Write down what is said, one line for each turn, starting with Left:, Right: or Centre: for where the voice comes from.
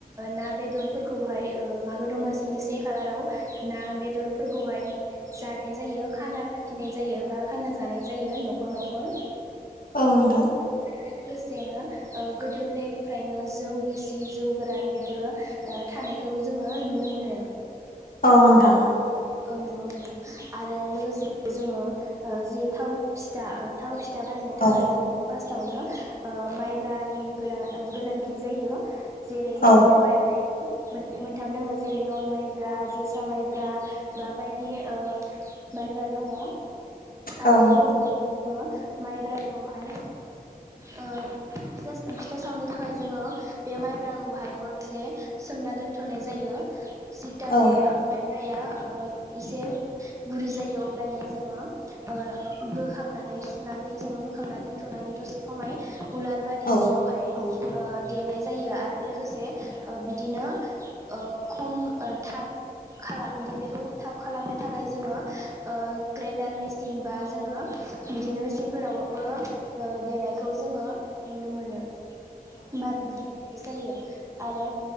Right: ना बेदरफोरखौहाय मागो दमासिनि से खालाराव ना बेदर फोरखौहाय जानाय जायो खाना फाथिनाय जायो बा खाना जानाय जायो न'खर न'खर
Left: औ नोंथां
Right: गो लोगोसेनो गोदो गोदायनिफ्रायनो जौ गिसि जौ गोरान बेफोरो थानाय बेखौ जोङो नुनो मोनो
Left: औ नोंथां
Right: औ नंगौ नोंथां आरो लोगोसे जोङो जि थाव फिथा थाव बिथा बाहायनो
Left: औ
Right: थाखाय जों फार्स्टावनो माइब्रानि गोरां गोनांथि जायो जेरै
Left: औ
Right: माइबाया मोनै मोनथाम दङ जेरै नल माइब्रा जोसा माइब्रा बा बायदि माइब्रा दङ आरो
Left: औ नोंथां
Right: लोगोसे माइब्राखौहाय ओ खिथा सावनो थाखाय जोङो बे माइब्राखौहाय हरसे सोमना दोनथ'नाय जायो सिता
Left: औ
Right: बे मलाया ओ एसे गुरै जायो अब्लानिया जोङो ओ बोखांनानै सुनानै जोङो बोखांनानै दोन्थ'नानै दसे खमाय उलार बा देंखियावह
Left: औ
Right: देनाय जायो आरो लोगोसे बिदिनो खम थाब खालाम देनाय थ थाब खालामनो थाखाय जोङो ग्रेन्डार मेसिन बा जोङो बिदिनो मेचनफोरावबाबो देनायखौ जोङो नुनो मोनो बा बिदि जायो आरो